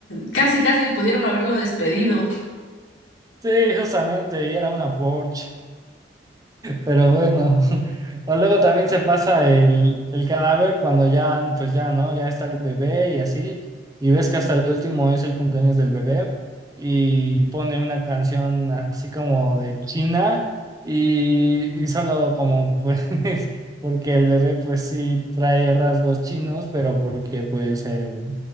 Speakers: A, on the left; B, on the right.
A: casi casi pudieron haberlo despedido.
B: Sí, justamente, y era una Porsche. Pero bueno, <laughs> o luego también se pasa el, el cadáver cuando ya, pues ya, ¿no? Ya está el bebé y así, y ves que hasta el último es el cumpleaños del bebé y pone una canción así como de China y, y solo como pues, <laughs> porque el bebé pues sí trae rasgos chinos, pero porque pues el,